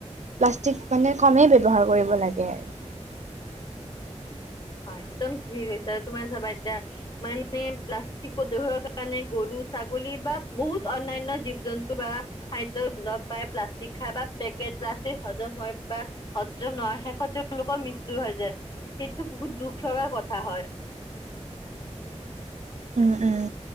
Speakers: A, on the right (about 80°); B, on the left (about 40°).
A: প্লাষ্টিক মানে কমেই ব্যৱহাৰ কৰিব লাগে আৰু
B: উম। হয় একদম ঠিক হৈছে আৰু তোমাৰ চাবা এতিয়া মানে প্লাষ্টিক প্ৰদূষৰ কাৰণে গৰু- ছাগলী বা বহুত অন্যান্য জীৱ জন্তু বা খাদ্য উন্নত পায় প্লাষ্টিক খাই বাে- কে হজম হয় বা হজম নহয় শেষত তেওঁলোকৰ মৃত্যু হৈ যায়। টো বহুত দুখ লগাৰ কথা হয়।
A: উম উম